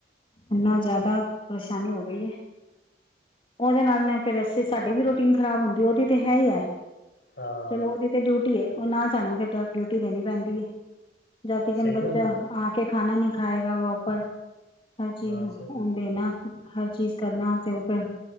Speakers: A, on the left; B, on the left.
A: ਇੰਨਾ ਜਾਦਾ ਪਰਸ਼ਾਨੀ ਹੋ ਗਈ ਏ। ਉਹਦੇ ਨਾਲ ਮੈਂ ਫਿਰ ਅਸੀ ਸਾਡੀ ਵੀ ਰੂਟੀਨ ਖ਼ਰਾਬ ਹੁੰਦੀ ਏ, ਉਹਦੀ ਤੇ ਹੈ ਈ ਐ।
B: ਹਾਂ
A: ਚਲੋ ਓਦੀ ਤੇ ਡਿਊਟੀ ਏ, ਓਹ ਨਾਲ ਸਾਨੂੰ ਫੇਰ ਡਿਊਟੀ ਦੇਨੀ ਪੈਂਦੀ ਐ। ਜਦ ਤੀਕਨ
B: ਸਹੀ
A: ਬੱਚਾ
B: ਗੱਲ ਹੈ ਜੀ
A: ਆ ਕੇ ਖਾਣਾ ਨੀ ਖਾਏਗਾ ਪ੍ਰੋਪਰ। ਹਰ ਚੀਜ
B: ਹਾਂ
A: ਉਹਨੂੰ
B: ਸਹੀ
A: ਦੇਣਾ ਆ ਕੇ। ਹਰ ਚੀਜ਼ ਕਰਨਾ, ਤੇ ਉਹ ਫੇਰ